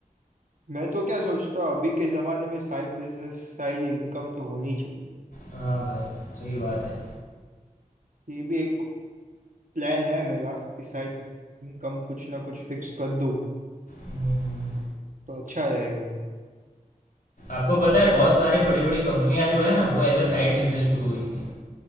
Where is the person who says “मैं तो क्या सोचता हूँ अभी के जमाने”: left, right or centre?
Right